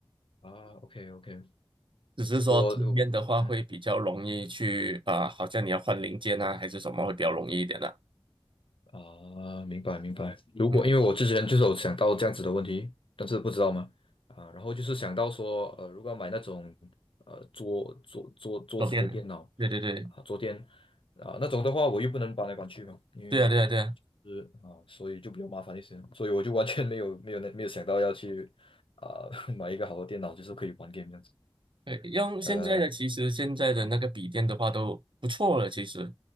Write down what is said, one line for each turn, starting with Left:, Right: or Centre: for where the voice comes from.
Left: 啊，OK OK，
Right: 只是说这边的话会比较容易去啊、
Left: 我我嗯。
Right: 好像你要换零件啊，还是什么会比较容易一点的、
Left: 啊，明白明白。如果因为我之前就是有想到这样子的问题，
Right: 嗯，
Left: 但是不知道嘛，啊，然后就是想到说，呃，如果要买那种呃桌桌桌桌子的电脑
Right: 都变的。对对对，
Left: 啊桌垫啊那种的话，我又不能搬来搬去嘛，因为
Right: 对啊对啊对啊，
Left: 是啊，所以就比较麻烦一些，所以我就完全没有没有那没有想到要去啊 <laughs> 买一个好的电脑，就是可以玩 g a 这样子。
Right: 呃，用现在的其实现在的那个笔电的话都不错了，
Left: 呃，
Right: 其实